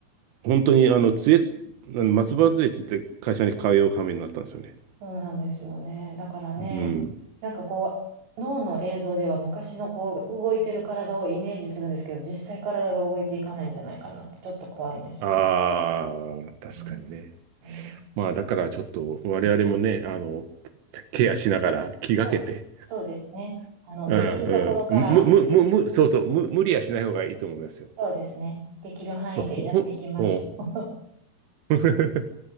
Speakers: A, on the right; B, on the right.
A: 本当に、あの、杖つ、あの松葉杖つって会社に通う羽目になったんですよね。
B: そうなんですよね。だからね、
A: うん。
B: なんかこう、脳の映像では昔のこう、動いてる体をイメージするんですけど、実際体が動いていかないんじゃないかなって、ちょっと怖いんですよね。
A: ああ、確かにね。
B: うんえー
A: まあ、だからちょっと我々もね、あの、ケアしながら気がけて、
B: そうそうですね。あの、
A: うんうん、
B: できるところから、
A: む、む、む、む、そうそう、む、無理はしない方がいいと思いますよ。
B: そうですね。できる範囲でやっていきましょう。
A: ほ、ほ、ほ <laughs>